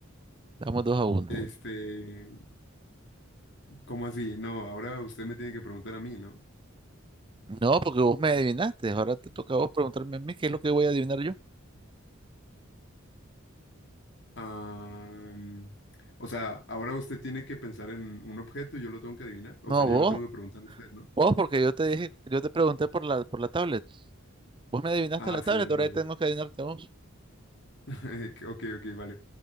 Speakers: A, on the right; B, on the left.
A: Vamos dos a uno.
B: este, ¿cómo así? No, ahora usted me tiene que preguntar a mí, ¿no?
A: No, porque vos me adivinaste. Ahora te toca a vos preguntarme a mí qué es lo que voy a adivinar yo.
B: Ah, o sea, ahora usted tiene que pensar en un objeto y yo lo tengo que adivinar. O
A: No,
B: sea, yo
A: vos.
B: le tengo que preguntar a usted, ¿no?
A: Vos, porque yo te dije, yo te pregunté por la, por la tablet. Vos me adivinaste
B: Ah,
A: la
B: sí,
A: tablet,
B: es
A: ahora
B: verdad.
A: tengo que adivinarte a vos.
B: <laughs> Que- Ok, ok, vale.